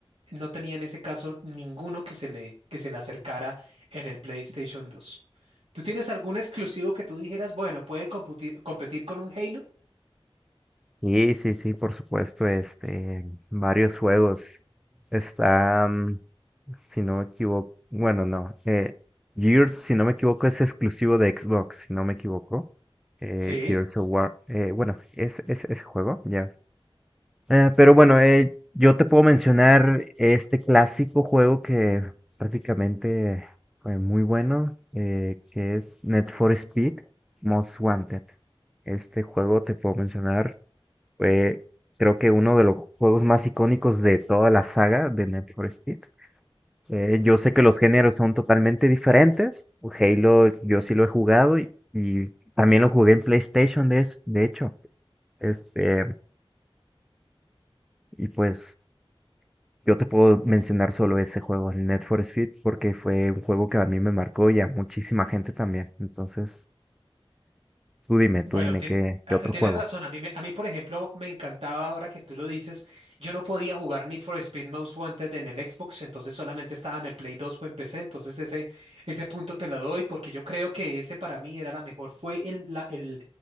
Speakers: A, on the right; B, in the centre.
A: no tenía en ese caso ninguno que se le, que se le acercara en el PlayStation 2. ¿Tú tienes algún exclusivo que tú dijeras, bueno, puede computir- competir con un Halo?
B: Sí, sí, sí, por supuesto, este, varios juegos. Está, mm, si no me equivoco, bueno, no, eh, Gears, si no me equivoco, es exclusivo de Xbox, si no me equivoco. eh,
A: Sí,
B: Gears
A: sí,
B: of War. eh, bueno, es, es ese juego, ya. Eh, pero bueno, eh, yo te puedo mencionar este clásico juego que prácticamente fue muy bueno, eh, que es Need for Speed Most Wanted. Este juego te puedo mencionar, fue creo que uno de los juegos más icónicos de toda la saga de Need for Speed. Eh, yo sé que los géneros son totalmente diferentes. Halo, yo sí lo he jugado y, y también lo jugué en PlayStation, de, es- de hecho. Este, y pues yo te puedo mencionar solo ese juego, el Need for Speed, porque fue un juego que a mí me marcó y a muchísima gente también. Entonces, tú dime,
A: Bueno,
B: tú dime
A: tien-
B: qué,
A: a-
B: qué otro
A: tienes
B: juego.
A: razón. A mí, me- a mí, por ejemplo, me encantaba ahora que tú lo dices. Yo no podía jugar Need for Speed Most Wanted en el Xbox, entonces solamente estaba en el Play 2 o en PC. Entonces ese, ese punto te lo doy porque yo creo que ese para mí era la mejor, fue el, la, el-